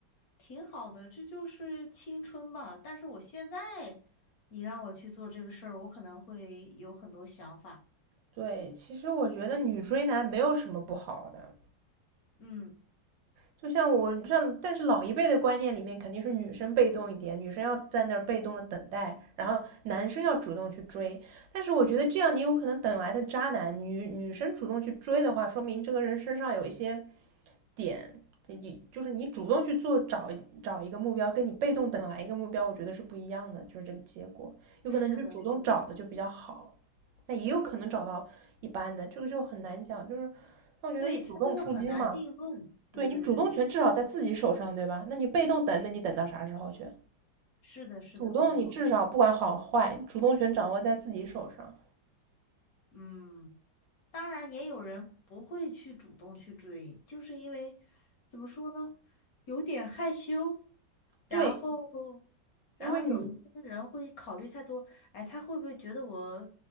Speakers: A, on the left (about 60°); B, on the right (about 75°).
A: 挺好的，这就是青春吧。但是我现在，你让我去做这个事儿，我可能会有很多想法。
B: 对，其实我觉得女追男没有什么不好的，
A: 嗯，
B: 就像我像，但是老一辈的观念里面，肯定是女生被动一点，女生要在那儿被动的等待，然后男生要主动去追。但是我觉得这样，你有可能等来的渣男，女女生主动去追的话，说明这个人身上有一些点，这你就是你主动去做找找一个目标，跟你被动等来一个目标，我觉得是不一样的，就是这个结果，有可能就主动找的就比较好，
A: 是的，是的，
B: 但也有可能找到一般的，这个就很难讲，就是。我觉得你主动出击嘛，
A: 对，他这个很难定论。
B: 对你主动权至少在自己手上，
A: 对对对对对，
B: 对吧？那你被动等，那你等到啥时候去？
A: 是的，是的，
B: 主动你至少不管好坏，
A: 没错。
B: 主动权掌握在自己手上。
A: 嗯，当然也有人不会去主动去追，就是因为怎么说呢，有点害羞。然后，
B: 对，
A: 然后有一些人会考虑太多，
B: 因为女，
A: 哎，他会不会觉得我